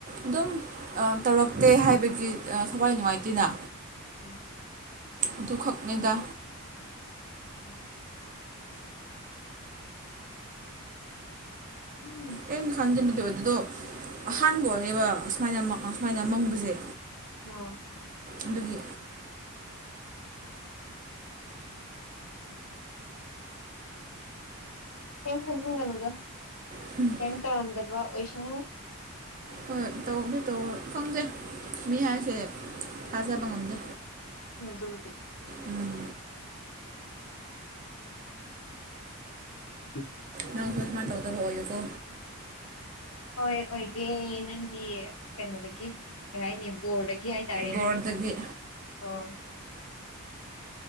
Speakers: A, on the right; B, on the left.
A: ꯑꯗꯨꯝ ꯑ ꯇꯧꯔꯛꯇꯦ ꯍꯥꯏꯕꯒꯤ ꯑ ꯊꯋꯥꯏ ꯅꯨꯡꯉꯥꯏꯇꯦꯅ
B: <unintelligible>
A: ꯑꯗꯨꯈꯛꯅꯦꯗꯥ
B: <unintelligible> ꯎꯝ
A: ꯀꯩꯝꯗ ꯈꯟꯖꯤꯟꯕꯗꯤ ꯑꯣꯏꯗꯦ ꯗꯣ ꯑꯍꯥꯟꯕ ꯑꯣꯏꯌꯦꯕ ꯑꯁꯨꯃꯥꯏꯅ ꯃꯪ ꯑꯁꯨꯃꯥꯏꯅ ꯃꯪꯕꯁꯦ
B: ꯑꯣ
A: ꯑꯗꯨꯒꯤ
B: ꯀꯩꯝ ꯈꯟꯖꯤꯟꯒꯅꯨꯗ
A: ꯎꯝ
B: ꯀꯩꯝ ꯇꯧꯔꯝꯗꯕ ꯑꯣꯏꯁꯅꯨ
A: ꯍꯣꯏ ꯇꯧꯕꯨꯗꯤ ꯇꯧꯔꯣꯏ ꯈꯪꯗꯦ ꯃꯤ ꯍꯥꯏꯁꯦ ꯊꯥꯖꯕ ꯉꯝꯗꯦ
B: ꯍꯣꯏ ꯑꯗꯨꯕꯨꯗꯤ
A: ꯎꯝ
B: <unintelligible>
A: ꯅꯪꯁꯨ ꯑꯁꯨꯃꯥꯏ ꯇꯧꯗꯕ ꯑꯣꯏꯌꯨꯀꯣ
B: ꯍꯣꯏ ꯑꯣꯏꯒꯦ ꯅꯪꯒꯤ ꯀꯩꯅꯣꯗꯒꯤ ꯀꯩ ꯍꯥꯏꯅꯤ ꯕꯣꯔꯗ ꯒꯤ ꯍꯥꯏꯇꯥꯔꯦꯅꯦ
A: ꯕꯣꯔꯗꯒꯤ
B: ꯑꯣ